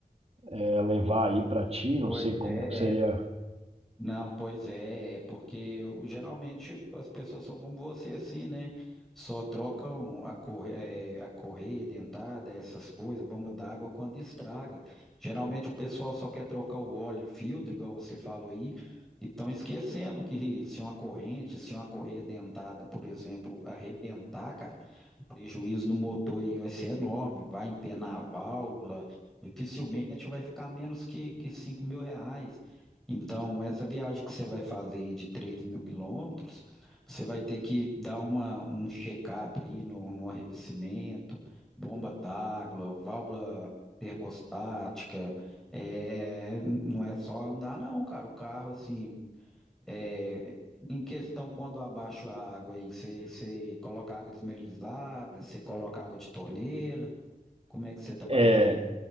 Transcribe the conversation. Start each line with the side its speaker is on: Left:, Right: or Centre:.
Right: é, levar aí pra ti. Não
Centre: Pois
Right: sei como
Centre: é,
Right: que seria.
Centre: Não, pois é, é porque geralmente as pessoas são como você, assim, né? Só trocam a, corre- eh, a correia dentada, essas coisas, bomba d'água, quando estraga. Geralmente o pessoal só quer trocar o óleo, o filtro, igual você falou aí, e estão esquecendo que se uma corrente, se uma correia dentada, por exemplo, arrebentar, cara, o prejuízo do motor aí vai ser enorme, vai empenar a válvula, dificilmente vai ficar menos que, que cinco mil reais. Então, essa viagem que você vai fazer de 3 mil quilômetros, você vai ter que dar uma, um check-up aí no, no arrefecimento, bomba d'água, válvula termostática. É, não é só andar, não, cara. O carro, assim, é, em questão, quando abaixa a água aí, você, você coloca água desmineralizada, você coloca água de torneira, como é que você está fazendo?
Right: É,